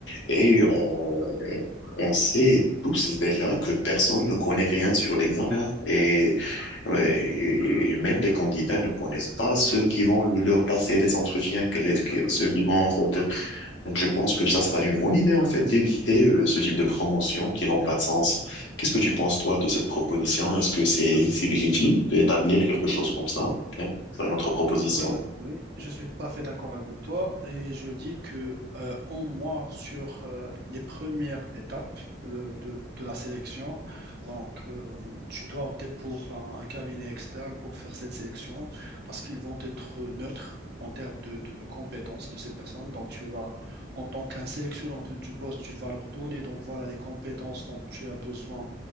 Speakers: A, on the left; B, on the right.
A: Et on, on sait tous déjà que personne ne connaît rien sur l'examen. Et, et même les candidats ne connaissent pas ceux qui vont leur passer les entretiens, que les, que-
B: oui,
A: ceux qui
B: oui.
A: vont, en fait, donc je pense que ça sera une bonne idée en fait d'éviter euh, ce type de promotion qui n'ont pas de sens. Qu'est-ce que tu penses toi de cette proposition? Est-ce que c'est c'est légitime d'établir quelque chose comme ça? Bien, c'est une autre proposition.
B: Oui, oui, oui, je suis tout à fait d'accord avec toi et je dis que euh, au moins sur euh, les premières étapes euh, de, de la sélection, donc euh, tu dois opter pour un, un cabinet externe pour faire cette sélection parce qu'ils vont être neutres en termes de, de, de compétences de ces personnes. Donc tu vas, en tant qu'un sélectionneur du du poste, tu vas leur donner donc voilà les compétences dont tu as besoin